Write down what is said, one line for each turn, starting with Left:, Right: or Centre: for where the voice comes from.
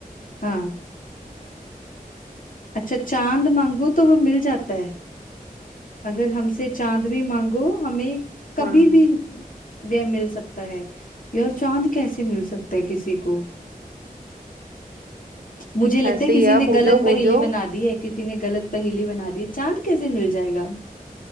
Left: हाँ अच्छा चांद मांगो तो वो मिल जाता है अगर हमसे चांद भी मांगो हमें कभी
Right: हाँ
Left: भी वह मिल सकता है यार चांद कैसे मिल सकता है किसी को मुझे लगता
Right: ऐसे
Left: है किसी
Right: ही है
Left: ने गलत
Right: बूझो
Left: पहेली
Right: बूझो
Left: बना दी है किसी ने गलत पहेली बना दी है चांद कैसे मिल जाएगा